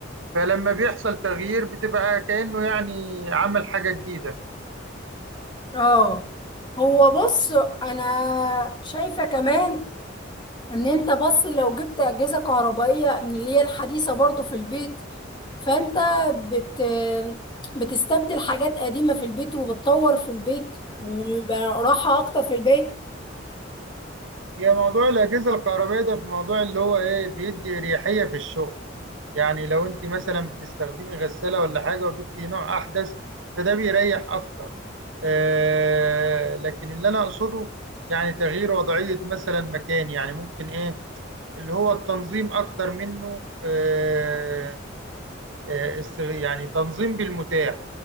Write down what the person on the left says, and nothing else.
اه هو بص انا شايفة كمان ان انت بص لو جبت اجهزة كهربائية من اللي هي الحديثة برضو في البيت فانت بت بتستبدل حاجات قديمة في البيت وبتطور في البيت ويبقى راحة اكتر في البيت